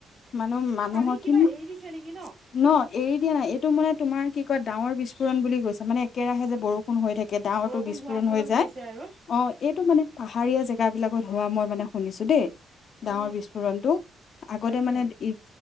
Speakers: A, on the left; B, on the right.
A: মানুহ মানুহৰ
B: এই পানী কিবা
A: কিমান
B: এৰি দিছে নেকি
A: <unintelligible> ন এৰি দিয়া নাই এইটো মানে তোমাৰ কি কয় ডাৱৰ বিস্ফোৰণ বুলি কৈছে, মানে একেৰাহে যে বৰষুণ হৈ থাকে। ডাৱৰটো
B: বৰষুণ
A: বিস্ফোৰণ
B: হোৱাৰ ফলত
A: হৈ যায়,
B: হৈছে আৰু
A: অ এইটো মানে পাহাৰীয়া জেগাবিলাকত হোৱা মই মানে শুনিছো দেই,
B: অ অ
A: ডাৱৰ বিস্ফোৰণটো। আগতে
B: তাকে
A: মানে ই